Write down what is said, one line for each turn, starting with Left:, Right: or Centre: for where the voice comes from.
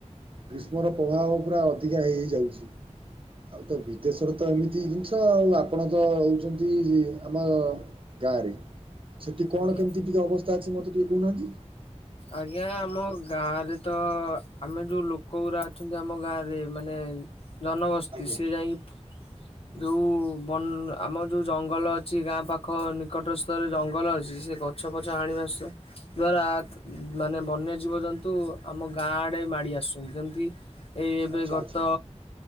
Right: ଗ୍ରୀଷ୍ମର ପ୍ରଭାବ ପୁରା ଅଧିକା ହେଇ ହେଇ ଯାଉଛି। ଆଉ ତ ବିଦେଶରେ ତ ଏମିତି ଜିନିଷ ଆଉ ଆପଣ ତ ହଉଛନ୍ତି ତି ଆମ ଗାଁ ରେ ସେଠି କଣ
Left: ଆଜ୍ଞା
Right: କେମିତି ଟିକେ ଅବସ୍ ସ୍ତା ଅଛି ମୋତେ ଟିକେ କହୁନାହାନ୍ତି?
Left: ଆଜ୍ଞା ଆମ ଗାଁ ରେ ତ ଆମେ ଯୋଉ ଲୋକ ଗୁରା ଅଛନ୍ତି ଆମ ଗାଁ ରେ ମାନେ ଜନ ମସ୍ତି
Right: ଆଜ୍ଞା
Left: ସେ ଯାଇକି ଯୋଉ ବନ ଆମ ଯୋଉ ଜଙ୍ଗଲ ଅଛି ଗାଁ ପାଖ ନିକଟ ସ୍ଥରେ ଜଙ୍ଗଲ ଅଛି ସେ ଗଛ ପଛ ଆଣିବା ସ୍ୱା ଦ୍ଵାରା ମାନେ ବନ୍ୟ
Right: ଆଜ୍ଞା
Left: ଜୀବଜନ୍ତୁ ଆମ ଗାଁ ଆଡେ ମାଡ଼ି ଆସୁଛନ୍ତି ଯେମିତି ଏଇ ଏବେ
Right: ଆଚ୍ଛା
Left: ଗତ
Right: ଆଚ୍ଛା